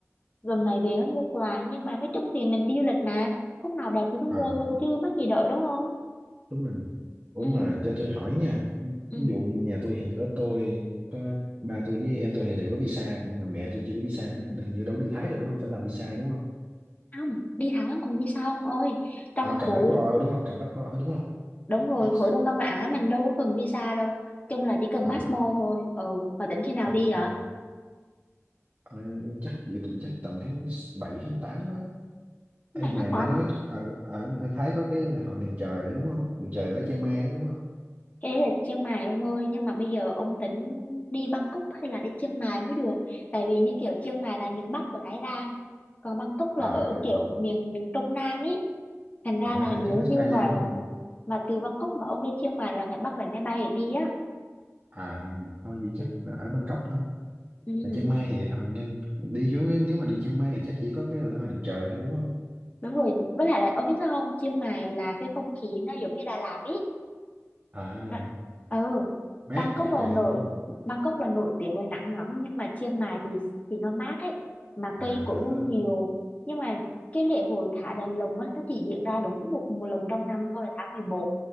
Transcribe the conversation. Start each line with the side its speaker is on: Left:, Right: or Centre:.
Left: gần ngày về mới mua quà nhưng mà nói chung thì mình đi du lịch mà lúc nào đẹp thì cứ mua
Right: à,
Left: thôi chứ mắc gì đợi đúng không
Right: đúng rồi ủa
Left: ừ
Right: mà cho tôi hỏi nha
Left: ừ
Right: ví dụ nhà tôi thì có tôi có ba tôi với em tôi thì đều có visa nhưng mà mẹ tôi chưa có visa hình như đâu đi Thái rồi đúng không phải làm visa đúng không
Left: không đi thẳng lắm cần visa ông ơi trong
Right: à,
Left: khối
Right: cần passport đúng không cần passport thôi đúng không
Left: đúng rồi
Right: Bắt
Left: khối Đông Nam Á mình đâu có cần visa đâu chung là chỉ cần
Right: à
Left: passport thôi ừ mà tỉnh khi nào
Right: ok
Left: đi vậy
Right: Ờ, chắc dự định chắc tầm tháng bảy tháng tám á
Left: Bạn
Right: Ê mà
Left: tháng tám
Right: nghe nói ở, ở, ở Thái có cái là hội đèn trời đó, đúng không đèn trời ở Chiang Mai đó, đúng không
Left: cái đấy là Chiang Mai ông ơi nhưng mà bây giờ ông tính đi Bangkok hay là đi Chiang Mai mới được tại vì như kiểu Chiang Mai là miền Bắc của Thái Lan còn Bangkok là
Right: à
Left: ở kiểu miền miền Trung Nam ý thành ra
Right: à
Left: là
Right: hai
Left: nếu
Right: cái nó
Left: như
Right: xa
Left: mà
Right: nhau đúng không
Left: mà từ Bangkok mà ông đi Chiang Mai là phải bắt vé máy bay để đi á
Right: à thôi vậy chắc
Left: Ừ.
Right: là ở Bangkok thôi
Left: ừ
Right: Mà Chiang Mai thì hồi nhìn đi xuống cái- nếu mà đi Chiang Mai thì chắc chỉ có cái lễ hội đền trời thôi đúng không?
Left: đúng rồi với lại là ông biết sao không Chiang Mai là cái không khí nó giống như Đà Lạt ý
Right: À,
Left: Đã- Ừ,
Right: mát
Left: Bangkok
Right: cực
Left: là
Right: kỳ lắm
Left: nổi
Right: đúng không?
Left: Bangkok là nổi tiếng với nắng nóng nhưng mà Chiang Mai thì thì nó mát ấy mà
Right: À,
Left: cây cũng nó
Right: nó,
Left: nhiều nhưng mà cái lễ hội thả đèn lồng á nó chỉ diễn ra đúng một một lần trong năm thôi là tháng 11,